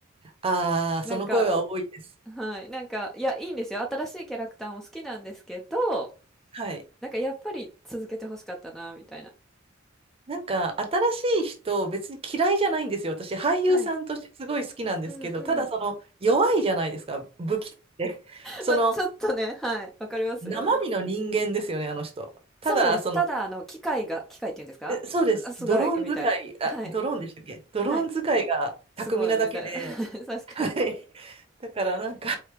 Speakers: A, on the right (about 30°); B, in the centre.
A: ああ、
B: なんか、
A: その声は多いです。
B: はい、なんか、いや、いいんですよ。新しいキャラクターも好きなんですけど、
A: はい。
B: なんかやっぱり続けて欲しかったな、みたいな。
A: なんか、新しい人、別に嫌いじゃないんですよ。私、俳優さんとしてすごい好きなんですけど、
B: はい。うんうん。
A: ただ、その、弱いじゃないですか、武器って。その、
B: まあ、ちょっとね、はい、わかりますよ。
A: 生身の人間ですよね、あの人。ただ、
B: そうです。
A: その、
B: ただ、あの、機械が、機械って言うんですかあすごい、
A: えそうです。ドローン使い、
B: みたいな。はい、
A: あ、ドローンでしたっけドローン使いが巧みなだけで、
B: はい。すごい、みたいな。<laughs> 確かに。
A: はい。だからなんか、